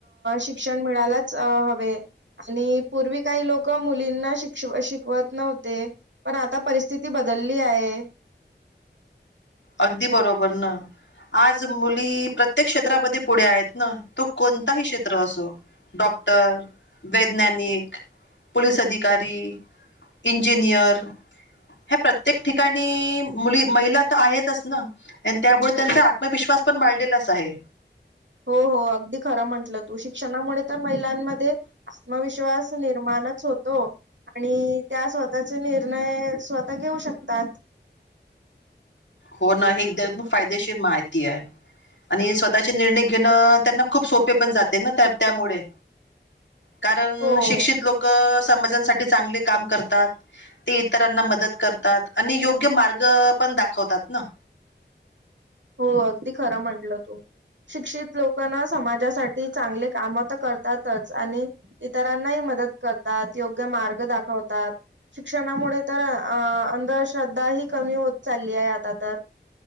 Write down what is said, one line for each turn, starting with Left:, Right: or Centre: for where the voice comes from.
Right: शिक्षण यायला पाहिजे आवश्यक ते शिक्षण मिळालाच पाहिजे पूर्वी काही लोकं मुलांना शिकवत नव्हती पण आता तशी परिस्थिती राहिलेली नाही परिस्थितीत बदल झालेला आहे मुली आहेत
Left: अगदी बरोबर ना आज मुली कोणत्या क्षेत्रात पुढे आहे तो कोणताही क्षेत्र असो डॉक्टर असो वैज्ञानिक किंवा पोलीस अधिकारी कोणताही शिक्षण असो प्रत्येक ठिकाणी मुलगी यशस्वी होते मुली या शिक्षणात हुशार आहेतच ना त्यामुळे त्यांनी
Right: हो
Left: आत्मविश्वास हा त्यांच्या अंगी बाळगलेला आहे
Right: हो हो शिक्षणाचा हा महिलांमध्ये आत्मविश्वास जास्तच असतो मुली ह्या स्वतःचा निर्णय स्वतःच घेऊ शकता
Left: हो ना हे एकदम फायदेशीर माहिती आहे मुलीचे शिक्षण चांगले असल्यामुळे त्यांना निर्णय घेणे खूप सोपे जाते कारण
Right: हो
Left: शिक्षित लोक समाजांसाठी चांगले काम करतात शिकलेले लोक इतरांना मदत पण करतात आणि मार्ग पण दाखवतात हो ना
Right: हो खरं आहे तुझं शिक्षित लोक हे इतरांसाठी चांगले काम पण करतात आणि मार्ग पण चांगला दाखवतात मदत करतात योग्य मार्ग दाखवतात शिक्षणामुळे तर अं अंधश्रद्धा ह कमी होत चालली आहे आता तर